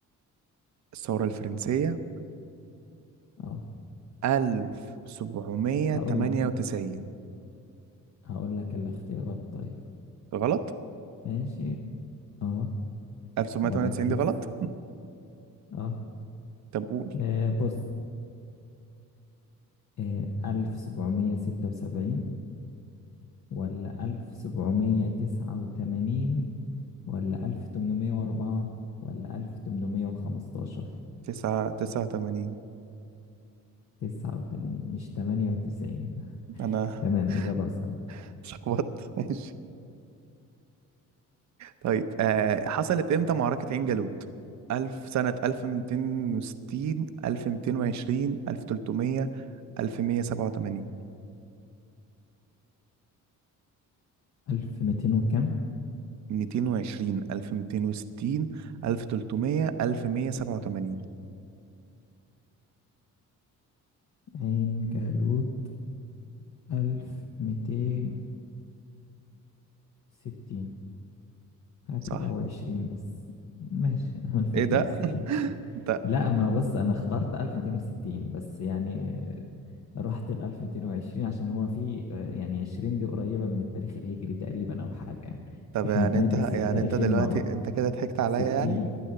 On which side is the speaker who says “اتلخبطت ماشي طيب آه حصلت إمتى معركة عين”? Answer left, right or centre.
Right